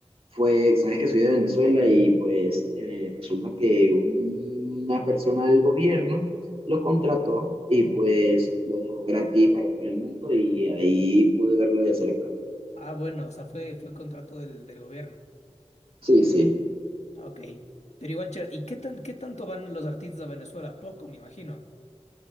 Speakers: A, on the right (about 55°); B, on the left (about 75°).
A: fue, sabes que soy de Venezuela y pues eh, resulta que una persona del gobierno lo contrató y pues lo dejó gratis para todo el mundo y ahí pude verlo de cerca.
B: Ah, bueno, o sea, fue, fue contrato del, del gobierno.
A: Sí, sí.
B: Ah, Ok. Pero igual, chévere. ¿Y qué tan, qué tanto van los artistas a Venezuela? Poco, me imagino.